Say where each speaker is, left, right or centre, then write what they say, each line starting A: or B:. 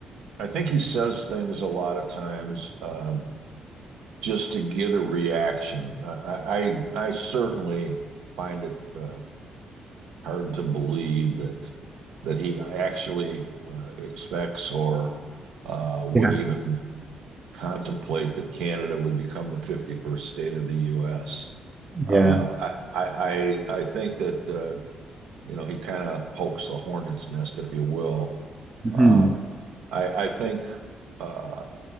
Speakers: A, on the right; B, on the right.
A: I think he says things a lot of times um, just to get a reaction. Uh, I, I, I certainly find it uh, hard to believe that that he actually uh, expects or uh, would
B: yeah
A: even contemplate that Canada would become the 51st state of the U.S. Uh,
B: yeah
A: I, I, I I think that uh, you know, he kind of pokes the hornet's nest, if you will.
B: hmm
A: Uh, I, I think uh,